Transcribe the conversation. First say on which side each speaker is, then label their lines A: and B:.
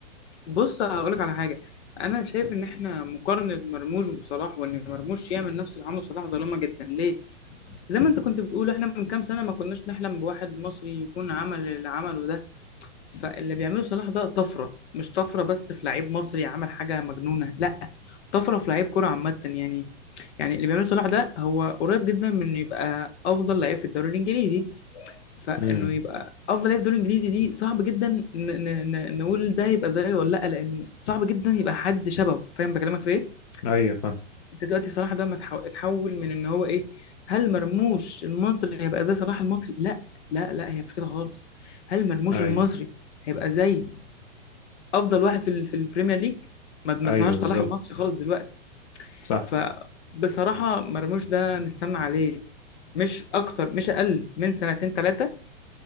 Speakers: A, on the left; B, on the left.
A: بص هقولك على حاجه انا شايف ان احنا مقارنه مرموش بصلاح وان مرموش يعمل نفس اللي عمله صلاح ظالمه جدا ليه زي ما انت كنت بتقول احنا من كام سنه ما كناش نحلم بواحد مصري يكون عمل اللي عمله ده فاللي بيعمله صلاح ده طفره مش طفره بس في لعيب مصري عمل حاجه مجنونه لا طفره في لعيب كره عامه يعني يعني اللي بيعمله صلاح ده هو قريب جدا من إنه يبقى افضل لعيب في الدوري الانجليزي فانه
B: امم
A: يبقى افضل لاعب في الدوري الانجليزي دي صعب جدا ن- ن- ن- نقول ده يبقى زيه ولا لا لانه صعب جدا يبقى حد شبهه فاهم بكلمك في ايه
B: ايوه فاهم
A: انت دلوقتي صلاح ده ما اتحو- اتحول من ان هو ايه هل مرموش المصري هيبقى زي صلاح المصري لا لا لا هي مش كده خالص هل مرموش
B: ايوه
A: المصري هيبقى زي افضل واحد في ال- في البريمير ليج ما ما
B: ايوه
A: اسمهاش
B: بالظبط
A: صلاح المصري خالص دلوقتي
B: صح
A: فبصراحة مرموش ده نستنى عليه مش اكتر مش اقل من سنتين ثلاثة